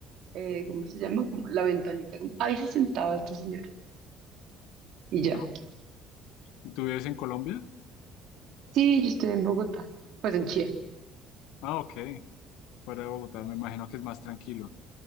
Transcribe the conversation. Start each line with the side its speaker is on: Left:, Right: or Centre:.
Right: eh, ¿cómo se llama? Como la ventanita, como, ahí se sentaba esta señora. Y ya.
Left: no. ¿Y tú vives en Colombia?
Right: Sí, yo estoy en Bogotá, pues en Chía.
Left: Ah, ok. Para Bogotá, me imagino que es más tranquilo